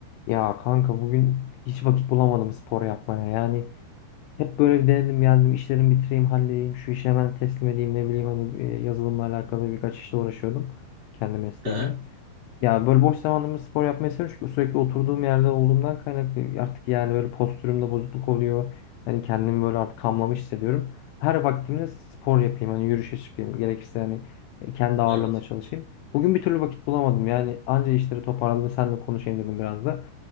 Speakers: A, on the left (about 85°); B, on the right (about 40°).
A: Ya kanka bugün hiç vakit bulamadım spor yapmaya. Yani hep böyle bir denedim geldim işlerimi bitireyim halledeyim şu işi hemen teslim edeyim ne bileyim hani e, yazılımla alakalı birkaç işle uğraşıyordum kendi mesleğimle.
B: Hı hı,
A: Ya böyle boş zamanımda spor yapmayı seviyorum çünkü sürekli oturduğum yerde olduğumdan kaynaklı artık yani böyle postürümde bozukluk oluyor. Hani kendimi böyle artık hamlamış hissediyorum. Her vaktimde spor yapayım hani yürüyüşe çıkayım gerekirse hani e, kendi ağırlığımla
B: evet.
A: çalışayım. Bugün bir türlü vakit bulamadım yani anca işleri toparladım senle konuşayım dedim biraz da.